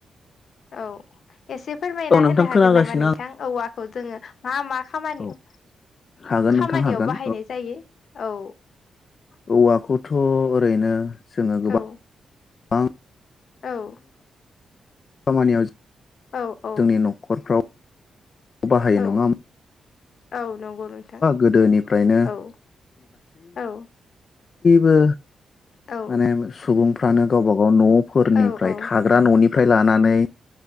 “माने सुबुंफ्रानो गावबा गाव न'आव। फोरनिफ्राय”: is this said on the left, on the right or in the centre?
Left